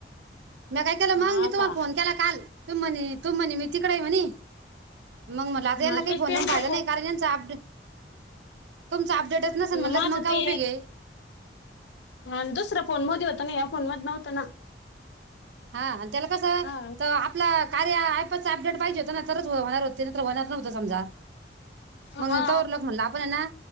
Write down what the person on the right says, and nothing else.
मी काय केलं
मग मी तुम्हाला
फोन केला काल तु म्ह तु म्हणे मी तिकडे ये म्हणी मग मला आता याना
काही
फोन
लावून फायदा नाही कारण यांचा तुमचा अपडेटच नसेल म्हटलं
तर मग काय
उपयोग आहे
हा त्याला कसं
त आपला कार्या ॲप अडेट पाहिज हो ना तरच होणार होत. ते तर होणार न्हवत समजा. मगता
उरलक म्हणलं आपण ना